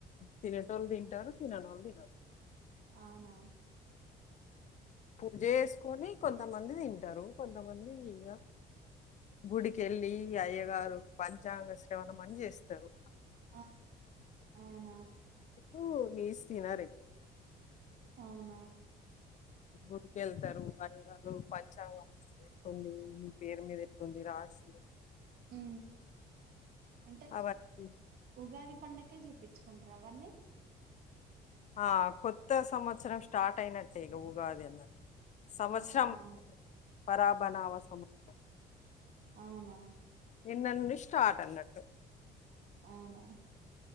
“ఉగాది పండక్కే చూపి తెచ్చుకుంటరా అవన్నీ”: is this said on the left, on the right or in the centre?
Right